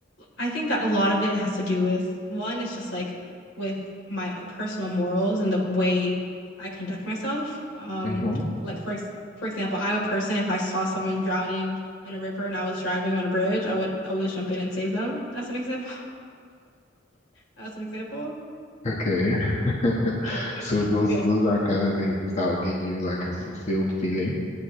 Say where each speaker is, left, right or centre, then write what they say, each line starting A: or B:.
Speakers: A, on the left (about 75°); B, on the left (about 40°).
A: I think that a lot of it has to do with one, it's just like with my personal morals and the way I conduct myself. Um,
B: hmm
A: like for ex for example, I'm a person, if I saw someone drowning in a river and I was driving on a bridge, I would always jump in and save them, as an example. <laughs> As an example.
B: Okay, <laughs>
A: No, I'm kidding.
B: so those
A: I'm kidding.
B: those are kind of things that will give you like a fulfilled feeling.